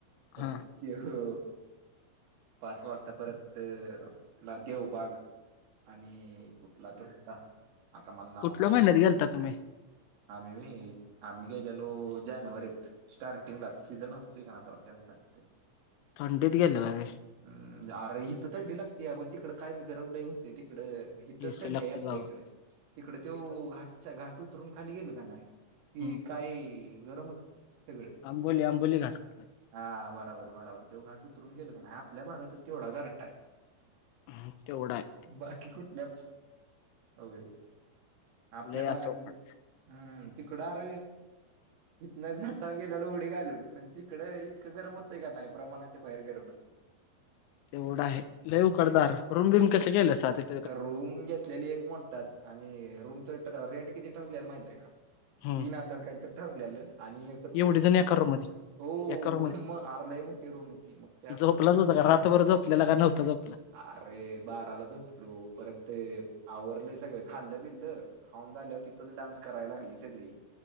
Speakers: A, on the right; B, on the left.
A: बरे..
B: हा
A: तो पाच वाजता परत कूठला तो देवबाग... आणि कुठला तर आता मला नाव
B: कुठल्या
A: नाही
B: महिन्यात
A: आठवत....
B: गेलता तुम्ही
A: आम्ही आम्ही गेलेलो जानेवारीत. स्टार्टिंगलाच सीझजन असतोय का नाताथ ते.
B: थंडीत गेले बागे.
A: हम् अरे हिथ थंडी लागते पण तिकड काही गरम नाही होते तिकडे. इथच
B: एसी
A: ते
B: लागते
A: आपल्या
B: बाबा
A: इकडे तिकडे ते
B: तिकड
A: घाटच्या घाट उतरून खाली गेल का नाही. कि
B: हम्म
A: काही गरमच सगळे.
B: आंबोली आंबोली घास.
A: हा बराबर बराबर तेव घाट उतरून गेल का आपल्या भागात तेवढा घरट्ट आहे.
B: म तेवढाय.
A: बाकी कुठल्या हो आपल्या
B: लय
A: भागात.
B: असं उकाड
A: हम् तिकडार. इन जणताना गेल्याला उडी घालून पण तिकडडे इतकं गरम होतंय का नाही प्रमाणाच्या बाहेर गरम होत. <inaudible>
B: तेवढं आहे लऊ करदार रूम बिम कस केलं सा ते.
A: रूम घेतलेली एक मोठाच आणि रूमच रेंट किती ठांरलेल माहिती आहे का.
B: हम्म
A: तीन हजार काहीत ठरलेलं आणि एक.
B: एवढी जाणकर मध्ये.
A: हो
B: एका रूम मध्ये
A: मग आरलाय म टेरू मी त मग त्यातच
B: झोपलाच
A: कस.
B: होता का रात्रभर झोपलेला का नव्हता झोपला
A: अरे बाराला झोपलो परत ते आवरलं सगळं खाल्ल बिनलं. खाऊन झाल्यावर तिथंच डान्स करायला लागली सगळी